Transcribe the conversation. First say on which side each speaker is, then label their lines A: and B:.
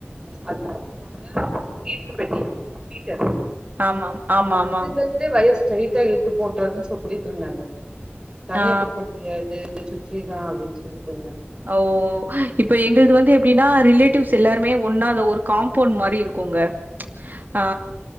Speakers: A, on the right; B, on the right.
A: அதா என்ன சொல்லுவாங்க வீட்டு மீடர் பெட்டி வீடர்
B: ஆமாம். ஆமாமாம்.
A: அதுல தே வயர் ஸ்ரைட்டா எழுத்து போட்டுறதுன்னு சொல்லிட்டு இருந்தாங்க தனிய
B: ஆ,
A: குடுக்க முடியாது சுற்றிதான் அப்டின்னு சொல்லிட்டு இருங்காங்க
B: ஓ இப்ப எங்கள்து வந்து எப்டின்னா ரிலேட்டிவ்ஸ் எல்லாருமே ஒன்னா அத ஒரு காம்பவுண்ட் மாரி இருக்கோங்க ஆ